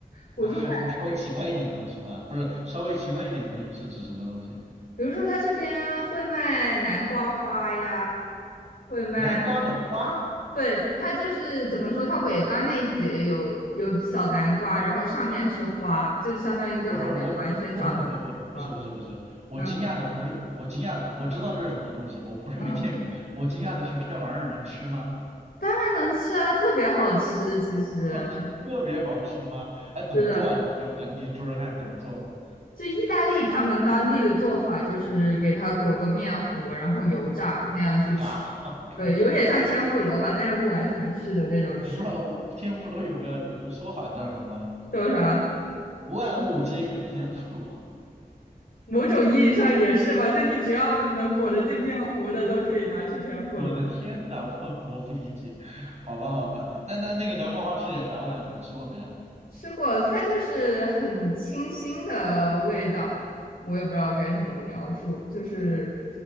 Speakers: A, on the left; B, on the right.
A: 我就买，
B: 啊？还有什么稍微奇怪一点的东西吗？不是，稍微奇怪一点的东西是指什么东西？
A: 比如说它这边会卖南瓜花呀，会卖。
B: 南瓜的花？
A: 对，它就是怎么说，它尾巴那一节有有小南瓜，然后上面是花，就相当于一个还没有完全长成的南瓜。
B: 不是不是，我不不不不不不是不是不是，我惊讶的不是我惊讶的，
A: 嗯
B: 我知道这是什么东西，我不是没见过，
A: 嗯，
B: 我惊讶的是这玩意儿能吃吗？
A: 当然能吃啊，特别好吃。其实
B: <laughs> 我天，特别好吃吗？哎，怎么做啊？
A: 是的，
B: 你给我讲，你说说看怎么做？
A: 就意大利他们当地的做法就是给它裹个面糊，然后油炸那样去吃。
B: 炸 <laughs>，OK
A: 对，
B: OK。
A: 有点像天妇罗吧，但又不完全是的那种吃法，
B: 你不知道天妇罗有个有个说法，你知道什么吗？
A: 叫啥？
B: 万物皆可天妇罗。
A: 某种意义上也是吧，就你只要能裹得进面糊的，都可以拿去天妇罗。
B: 我的天呐，我我不理解。好吧好吧，那那那个南瓜花吃起来啥味道？你吃过没啊？
A: 吃过，它就是很清新的味道，我也不知道该怎么描述，就是